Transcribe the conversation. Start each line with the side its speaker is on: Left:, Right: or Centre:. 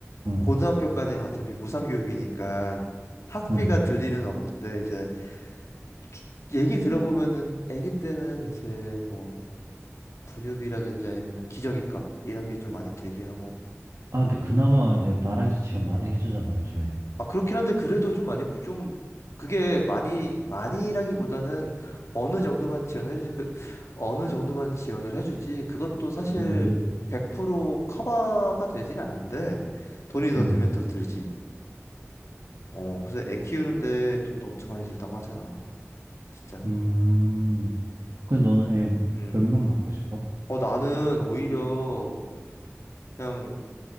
Right: 응,
Left: 고등학교까지는 어차피 무상교육이니까 학비가
Right: 응.
Left: 들 일은 없는데, 이제, 주- 얘기 들어보면은, 아기 때는 이제 뭐, 분유비라든지 아니면은 기저귀값, 이런 게 좀 많이 들긴 하고,
Right: 아, 근데 그나마 이제 나라에서
Left: 어.
Right: 지원 많이 해주잖아, 요즘에.
Left: 아, 그렇긴 한데, 그래도 좀 많이, 좀, 그게 많이, 많이라기보다는 어느 정도만 지원을 해주지, 그, 어느 정도만 지원을 해주지, 그것도 사실
Right: 음, 음,
Left: 100% 커버가 되진 않는데, 돈이 더
Right: 음.
Left: 들면 더 들지. 어, 그래서 애 키우는데 돈도 엄청 많이 들다고 하잖아. 진짜.
Right: 음. 근데 너는 애
Left: 음.
Right: 몇 명 낳고 싶어?
Left: 어, 나는 오히려 그냥